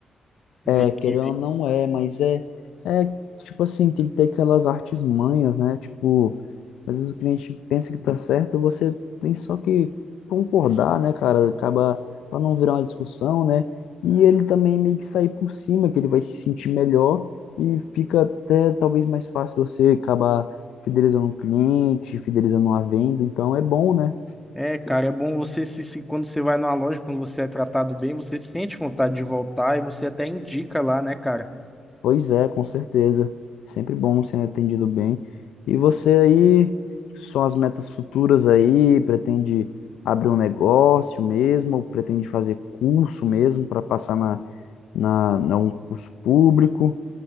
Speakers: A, in the centre; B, on the left (about 80°).
A: vê
B: É,
A: que.
B: querendo ou não é, mas é, é tipo assim, tem que ter aquelas artes manhas, né? Tipo, às vezes o cliente pensa que tá certo, você tem só que concordar, né, cara? Acaba para não virar uma discussão, né? E ele também meio que sair por cima, que ele vai se sentir melhor e fica até talvez mais fácil você acabar fidelizando um cliente, fidelizando uma venda, então é bom, né?
A: É, cara, é bom você se, se- quando você vai numa loja, quando você é tratado bem, você sente vontade de voltar e você até indica lá, né, cara?
B: Pois é, com certeza. Sempre bom ser atendido bem. E você aí, são as metas futuras aí? Pretende abrir um negócio mesmo? Ou pretende fazer curso mesmo para passar na, na, na um curso público?